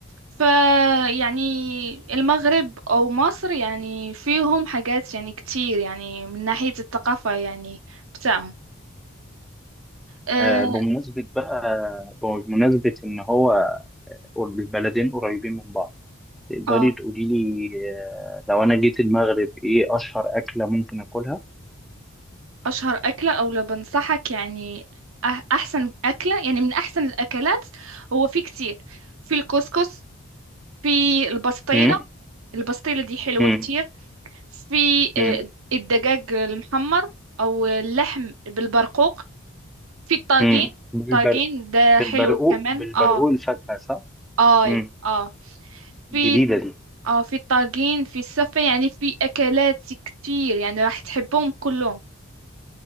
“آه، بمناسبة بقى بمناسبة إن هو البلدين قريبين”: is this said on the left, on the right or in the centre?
Centre